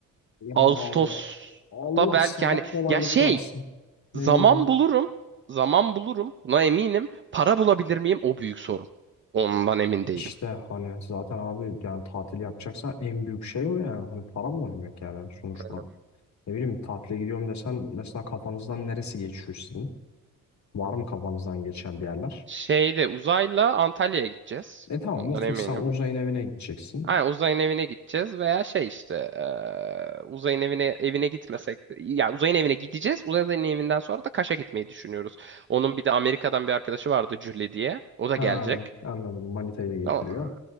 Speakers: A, on the left; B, on the right.
A: Yani
B: Ağustos'ta
A: abi Allah
B: belki
A: sana
B: hani
A: kolaylık
B: ya şey
A: versin. Ne
B: Zaman
A: diyeyim
B: bulurum.
A: ki?
B: Zaman bulurum. Buna eminim. Para bulabilir miyim? O büyük sorun. Ondan emin değilim.
A: İşte hani zaten abi yani tatil yapacaksan en büyük şey o yani. Hani para bulabilmek yani sonuçta.
B: Aynen.
A: Ne bileyim tatile gidiyorum desen mesela kafanızdan neresi geçiyor sizin? Var mı kafanızdan geçen bir yerler?
B: Şeyde uzayla Antalya'ya gideceğiz.
A: E tamam
B: Ondan
A: o fix
B: eminim.
A: sen uzayın evine gideceksin.
B: Ha, uzayın evine gideceğiz veya şey işte eee, uzayın evine evine gitmesek de, ya uzayın evine gideceğiz. Uzayın evinden sonra da Kaş'a gitmeyi düşünüyoruz. Onun bir de Amerika'dan bir arkadaşı vardı Julie diye. O da
A: Ha,
B: gelecek.
A: anladım. Manitayı da getiriyor.
B: Ama-